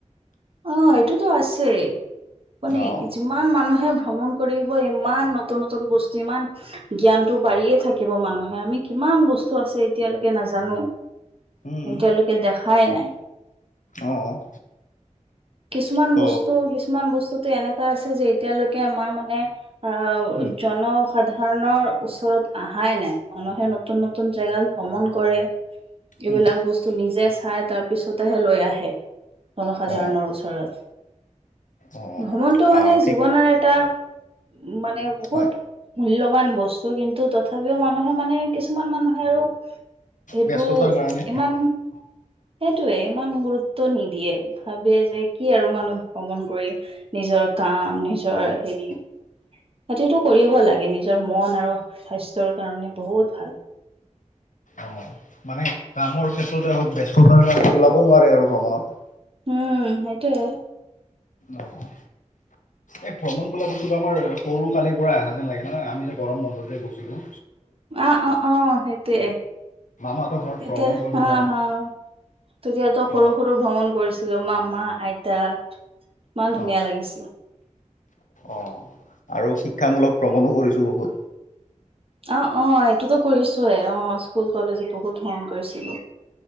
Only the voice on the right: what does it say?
অ', এইটোতো আছে, মানে
ইমান মানুহে ভ্ৰমণ কৰিব, ইমান নতুন নতুন বস্তু। ইমান জ্ঞানটো বাঢ়িয়ে থাকিব মানুহে, আমি কিমান বস্তু আছে এতিয়ালৈকে নাজানোঁ।
এতিয়ালৈকে দেখাই নাই।
কিছুমান
বস্তু, কিছুমান বস্তুতো এনেকুৱা আছে যে, এতিয়ালৈকে আমাৰ মানে আ,
জন- সাধাৰণৰ ওচৰত অহাই নাই, যেনেকে নতুন নতুন জেগাত ভ্ৰমণ কৰে। এইবিলাক
বস্তু নিজে চাই তাৰ পিছতেহে লৈ আহে। জনসাধাৰণৰ
অ',
ভ্ৰমণটো মানে
জীৱনৰ এটা উম্, মানে বহুত
মূল্যৱান বস্তু, কিন্তু তথাপিও মানে মই মানে, কিছুমান মানুহে আৰু সেইটো
ইমান সেইটোয়ে, ইমান গুৰুত্ব নিদিয়ে। ভাবে যে কি আৰু মানুহ ভ্ৰমণ কৰি, নিজৰ কাম নিজৰ হেৰি সতিটো কৰিব লাগে, নিজৰ মন আৰু স্বাস্থ্যৰ কাৰণে বহুত ভাল।
উম্, সেইটোয়ে।
অ'অ'অ', সেইটোৱে,
তেতিয়া
হা
হা তেতিয়াতো সৰু
সৰু ভ্ৰমণ কৰিছিলোঁ, মামা, আইতা, ইমান ধুনীয়া
লাগিছিল।
অ', অ', এইটোতো কৰিছোয়েই, অ', স্কুল কলেজত বহুত ভ্ৰমণ কৰিছিলোঁ।